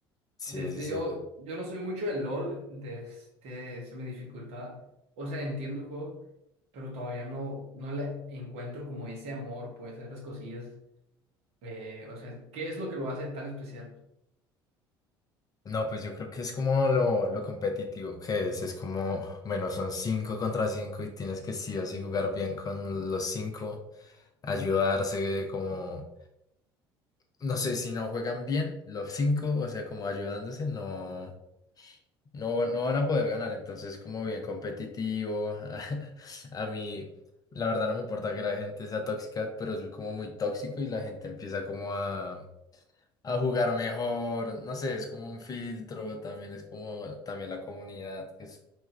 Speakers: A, on the left; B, on the right.
A: Sí,
B: Desde
A: sí, sí.
B: yo, yo no soy mucho de LOL, desde se me dificulta. O sea, entiendo el juego, pero todavía no, no le encuentro como ese amor, pues, a esas cosillas Eh, o sea, ¿qué es lo que lo hace tan especial?
A: No, pues yo creo que es como lo, lo competitivo que es. Es como, bueno, son cinco contra cinco y tienes que sí o sí jugar bien con los cinco, ayudarse, como, no sé, si no juegan bien los cinco, o sea, como ayudándose, no. No, van- no van a poder ganar, entonces como bien competitivo. <laughs> A, mí, la verdad no me importa que la gente sea tóxica, pero es como muy tóxico y la gente empieza como a, a jugar mejor. No sé, es como un filtro, también es como también la comunidad que es-